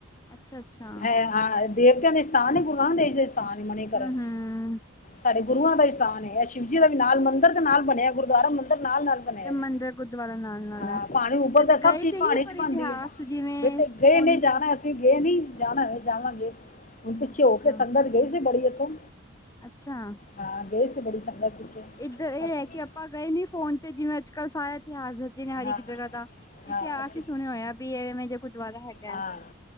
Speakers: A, on the left; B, on the left.
A: ਅੱਛਾ ਅੱਛਾ
B: ਹੈ, ਹਾਂ ਦੇਵਤਿਆਂ ਦੇ ਸਥਾਨ ਗੁਰੂ ਨਾਨਕ ਦੇਵ ਦੇ ਸਥਾਨ ਮਨੀਕਰਨ
A: ਹੂੰ ਹੂੰ
B: ਸਾਡੇ ਗੁਰੂਆਂ ਦਾ ਹੀ ਸਥਾਨ ਐ ਸ਼ਿਵ ਜੀ ਦਾ ਵੀ ਨਾਲ ਮੰਦਿਰ ਦੇ ਨਾਲ ਬਣਿਆ ਗੁਰਦੁਆਰਾ ਮੰਦਿਰ ਨਾਲ ਨਾਲ ਬਣਿਆ
A: ਤੇ
B: ਨੇ
A: ਮੰਦਿਰ ਗੁਰਦੁਆਰਾ ਨਾਲ ਨਾਲ
B: ਹਾਂ
A: ਹੈ
B: ਪਾਣੀ ਉਬਲਦਾ
A: ਕਦੇ
B: ਸਭ
A: ਗਏ
B: ਚੀਜ਼
A: ਤੇ
B: ਪਾਣੀ
A: ਨੀ ਪਰ
B: ਚ
A: ਇਤਿਹਾਸ
B: ਬਣਦੀ ਆ
A: ਜਿਵੇਂ
B: ਬੇਟੇ
A: ਸਪੋਨ
B: ਗਏ ਨੇ ਜਾਣਾ
A: ਤੇ
B: ਅਸੀਂ ਤੁਸੀਂ ਗਏ ਨੀ ਜਾਣਾ ਜਾਵਾਂਗੇ ਹੁਣ
A: ਅੱਛਾ
B: ਪਿੱਛੇ ਹੋ ਕੇ ਸੰਗਤ ਗਈ ਸੀ ਬੜੀ ਇਥੋਂ
A: ਅੱਛਾ।
B: ਹਾਂ ਗਏ ਸੀ ਬੜੀ ਸੰਗਤ
A: ਇੱਧਰ ਇਹ
B: ਅਸੀਂ
A: ਐ ਕਿ ਆਪਾਂ ਗਏ ਨੀ ਫੋਨ ਤੇ ਜਿਵੇਂ ਅੱਜ ਕੱਲ੍ਹ ਸਾਰਾ ਇਤਿਹਾਸ ਦੇ ਜਿਹਨੇ ਹਰ
B: ਹਾਂ
A: ਇੱਕ ਜਗ੍ਹਾ ਦਾ
B: ਹਾਂ
A: ਇਤਿਹਾਸ
B: ਅਸੀਂ
A: ਹੀ ਸੁਣਿਆ ਹੋਇਆ ਵੀ ਐਵੇਂ ਜੇ ਗੁਰਦੁਆਰਾ ਹੈਗਾ।
B: ਹਾਂ